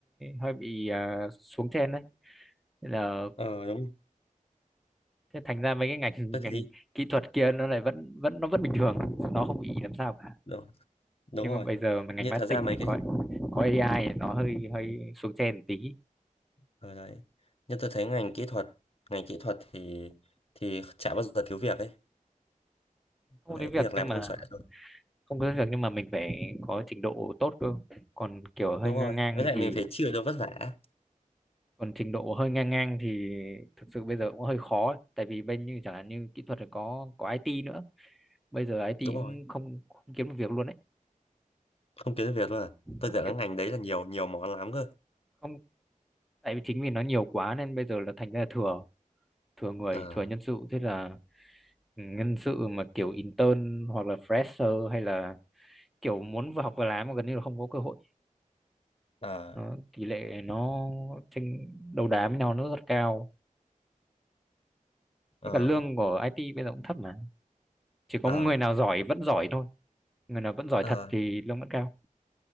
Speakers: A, in the centre; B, on the left (about 45°).
A: hơi bị à, xuống trend đấy. Thế là
B: Ờ, đúng.
A: thế thành ra mấy cái ngành
B: Tôi
A: <laughs> ngành
B: thấy
A: kỹ thuật kia nó lại vẫn vẫn nó vẫn bình thường. Nó không bị làm sao cả
B: đúng, đúng
A: nhưng
B: rồi.
A: mà bây giờ mà ngành
B: Như
A: marketing
B: thật ra mấy
A: thì
B: cái
A: có có AI thì nó hơi hơi xuống trend một tí
B: ở đấy. Nhưng tôi thấy ngành kỹ thuật, ngành kỹ thuật thì thì chả bao giờ thiếu việc ấy.
A: không
B: Đấy,
A: đến việc
B: việc làm
A: nhưng
B: không
A: mà
B: xuể rồi.
A: không có đến việc nhưng mà mình phải có trình độ tốt cơ còn kiểu hơi
B: Đúng
A: ngang
B: rồi.
A: ngang
B: Với lại
A: thì
B: mình phải chịu được vất vả.
A: còn trình độ hơi ngang ngang thì thực sự bây giờ cũng hơi khó ấy. tại vì bên như chẳng hạn như kỹ thuật thì có có IT nữa bây giờ IT
B: Đúng rồi.
A: cũng không, không kiếm được việc luôn đấy
B: không kiếm được việc luôn à tôi
A: không
B: tưởng
A: kiếm
B: là ngành đấy là nhiều nhiều món lắm cơ
A: không tại vì chính vì nó nhiều quá nên bây giờ là thành ra là thừa thừa người
B: à,
A: thừa nhân sự thế là ừ, nhân sự mà kiểu intern hoặc là fresher hay là kiểu muốn vừa học vừa làm mà gần như là không có cơ hội
B: ờ
A: nó, tỷ lệ nó tranh đấu đá với nhau nó rất cao
B: ờ
A: với cả lương của IT bây giờ cũng thấp mà chỉ có
B: ờ
A: một người nào giỏi vẫn giỏi thôi người nào vẫn giỏi
B: ờ
A: thật thì lương vẫn cao